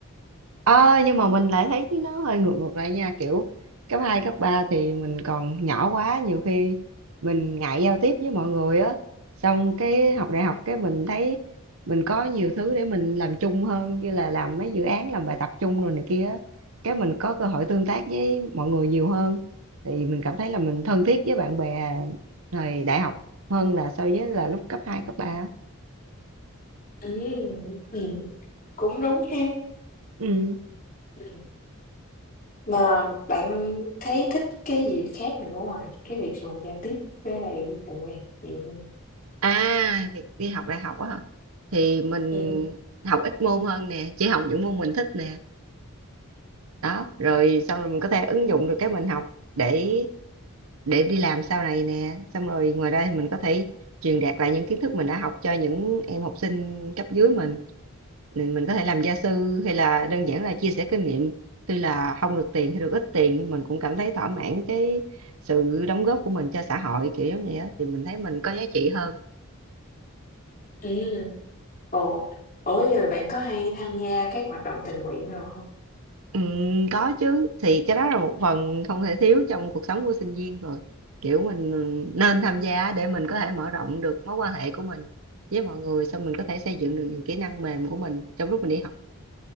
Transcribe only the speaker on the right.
Ờ, nhưng mà mình lại thấy nó hơi ngược ngược lại nha kiểu cấp 2 cấp 3 thì mình còn nhỏ quá nhiều khi mình ngại giao tiếp với mọi người á xong cái học đại học cái mình thấy mình có nhiều thứ để mình làm chung hơn như là làm mấy dự án làm bài tập chung rồi này kia á cái mình có cơ hội tương tác với mọi người nhiều hơn thì mình cảm thấy là mình thân thiết với bạn bè thời đại học hơn là so với là lúc cấp 2 cấp ba. á
ừ
À, việc đi học đại học á hả? Thì mình
học ít môn hơn nè, chỉ học những môn mình thích nè. Đó, rồi xong rồi mình có thể ứng dụng được cái mình học để để đi làm sau này nè. Xong rồi ngoài ra thì mình có thể truyền đạt lại những kiến thức mình đã học cho những em học sinh cấp dưới mình. Mình mình có thể làm gia sư hay là đơn giản là chia sẻ kinh nghiệm. Tuy là không được tiền hay được ít tiền nhưng mình cũng cảm thấy thỏa mãn cái sự đóng góp của mình cho xã hội kiểu giống vậy á thì mình thấy mình có giá trị hơn.
Ừm, có chứ thì cái đó là một phần không thể thiếu trong cuộc sống của sinh viên rồi kiểu mình ừ, nên tham gia để mình có thể mở rộng được mối quan hệ của mình với mọi người xong mình có thể xây dựng được những kỹ năng mềm của mình trong lúc mình đi học